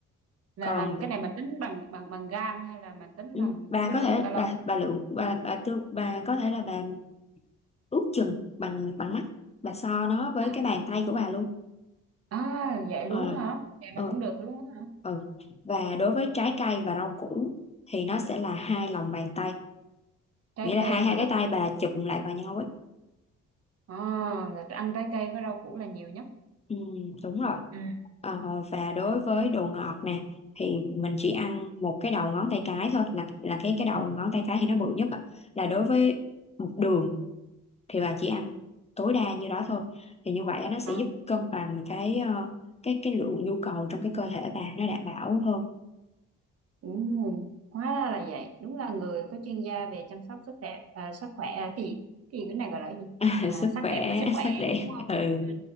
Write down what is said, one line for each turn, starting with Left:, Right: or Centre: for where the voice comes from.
Right: là
Left: còn
Right: làm cái này mình tính bằng bằng bằng gam hay là mình tính
Left: ừ,
Right: bằng
Left: bà
Right: khối
Left: có
Right: lượng
Left: thể
Right: calo
Left: bà bà lượng bà bà tương bà có thể là bà ước chừng bằng bằng mắt bà so nó với
Right: à,
Left: cái bàn tay của bà luôn
Right: à vậy
Left: Ờ,
Right: luôn hả vậy
Left: ờ,
Right: mà cũng được luôn hả
Left: ờ. Và đối với trái cây và rau củ thì nó sẽ là hai lòng bàn tay,
Right: trái
Left: nghĩa là
Right: cây
Left: hai hai
Right: và
Left: cái
Right: rau
Left: tay
Right: củ
Left: bà chụm lại vào nhau ấy.
Right: à là ăn trái cây với rau củ là nhiều nhất
Left: Ừ, đúng rồi.
Right: ừ
Left: Ờ, và đối với đồ ngọt nè thì mình chỉ ăn một cái đầu ngón tay cái thôi là là cái cái đầu ngón tay cái thì nó bự nhất ạ. Là đối với đường thì bà chỉ ăn tối đa như đó thôi. Thì như vậy á, nó sẽ
Right: à,
Left: giúp cân bằng cái ờ, cái cái lượng nhu cầu trong cái cơ thể bà nó đảm bảo hơn
Right: ừ. hóa ra là vậy đúng là người có chuyên gia về chăm sóc sức đẹp à, sức khỏe à, cái gì cái gì cái này gọi là cái gì
Left: <laughs>
Right: à,
Left: sức
Right: sắc
Left: khỏe
Right: đẹp và sức khỏe
Left: sắc đẹp.
Right: đúng không
Left: Ừ.
Right: ừ